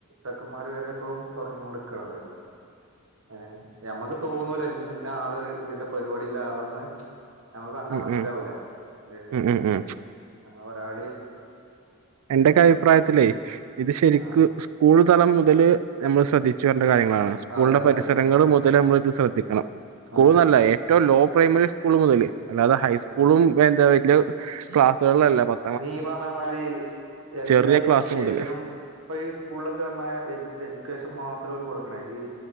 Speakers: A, on the right; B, on the right.
A: ചെക്കന്മാര് വരെ ഇപ്പം തുടങ്ങീയോണ്ട് നിക്കണത് ഏഹ് ഞമ്മക്ക് തോന്നൂല ഇന്ന ആള് ഇതിന്റെ പരിപാടില്ല ആളെന്ന് ഞമ്മക്ക് കണ്ടാ
B: ഉം
A: മനസ്സിലാവൂല
B: ഉം
A: ഏഹ്
B: ഉം ഉം ഉം
A: നമ്മ ഒരാളെയും
B: എന്റൊക്കെ അഭിപ്രായത്തിലേ
A: ഇത്
B: ഇത് ശെരിക്ക്
A: ആ
B: സ് സ്കൂള് തല മുതല് നമ്മള് ശ്രദ്ധിച്ചു വരേണ്ട കാര്യങ്ങളാണ്. സ്കൂളിന്റെ
A: അതെ അതെ
B: പരിസരങ്ങള്
A: അതെ അതെ
B: മുതല് നമ്മള് ഇത് ശ്രദ്ധിക്കണം സ്കൂൾന്നല്ല
A: അതെ
B: ഏറ്റവും ലോ പ്രൈമ്ല് സ്കൂള് മുതല് അല്ലാതെ ഹൈസ്കൂളും
A: അതെ അതെ
B: എന്താ വല്യ ക്ലാസ്സുകളിലല്ലേ പത്ത്
A: അയിനീ പറഞ്ഞ മാതിരി എല്ലാ
B: ചെറിയ ക്ലാസ്
A: എഡ്യൂക്കേഷനും
B: മുതല്
A: ഇപ്പ ഈ സ്കൂളിലൊക്കെ പറഞ്ഞ എ എഡ്യൂക്കേഷൻ മാത്രാ ഓല് കൊടുക്ക്ണേ ഈ